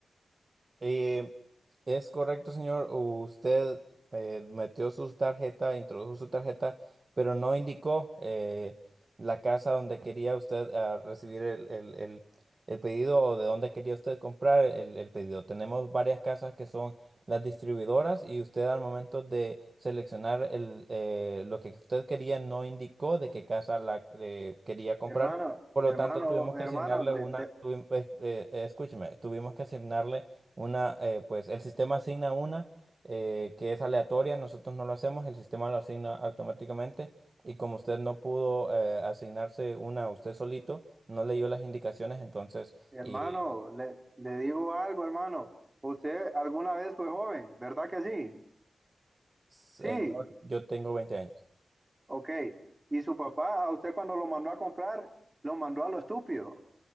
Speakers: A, on the right; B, on the right.
A: eh, Es correcto, señor. Usted eh, metió su tarjeta, introdujo su tarjeta, pero no indicó eh, la casa donde quería usted ah, recibir el, el- el- el pedido o de dónde quería usted comprar el, el pedido. Tenemos varias casas que son las distribuidoras y usted al momento de seleccionar el, eh, lo que usted quería no indicó de qué casa la eh, quería comprar.
B: Hermano,
A: Por
B: hermano,
A: lo tanto, tuvimos
B: hermano,
A: que asignarle
B: le,
A: una,
B: le-
A: tuvim- eh, eh, escúcheme, tuvimos que asignarle una, eh, pues el sistema asigna una eh, que es aleatoria, nosotros no lo hacemos, el sistema lo asigna automáticamente y como usted no pudo eh, asignarse una usted solito, no leyó las indicaciones, entonces,
B: hermano,
A: y
B: le, le digo algo, hermano. Usted alguna vez fue joven, ¿verdad que sí?
A: señor,
B: Sí,
A: yo tengo 20 años.
B: Ok, y su papá, a usted cuando lo mandó a comprar, lo mandó a lo estúpido,